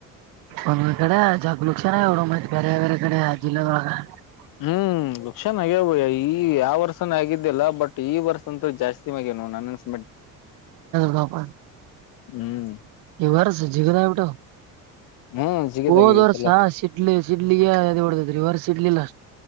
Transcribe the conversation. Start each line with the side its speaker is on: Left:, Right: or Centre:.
Right: ಒಂದು ಈ ಕಡೆ ಜಗಲಲುಕ್ಷಾನ ಎಡ ಮಾಹಿತ ಬೇರೆ ವೇರರೆ ಕಡೆ ಜಿಲ್ಲದಾರ <unintelligible>
Left: ಹ್ಮ್ ವಕ್ಷನ್ಗ್ಯವುಯ ಈ ಯಾವ ವರ್ಷನ ಆಗಿದ್ದ್ಯಲ್ಲ ಬಟ್ ಈ ವರ್ಷ ಅಂತ ಜಾಸ್ತಿ ಸಿಮಾಗಾಗಿ ನೋ ನ <unintelligible>
Right: ಕಪ
Left: ಹ್ಮ್
Right: ಇವಾರ ಸಜಿಗದ ಟ <unintelligible>
Left: ಹ್ಮ್ ಜಿಗದಾಗಿವಿ
Right: ಹೋದ್ ವರ್ಸ
Left: ಈ ಸಲ
Right: ಸಿಡ್ಲಿ ಸಿಡ್ಲಿಗೆ ಅದ ಹೊಡದದ್ರೀ ವರ್ ಇಡ್ಲಿಿಲ್ಲಾ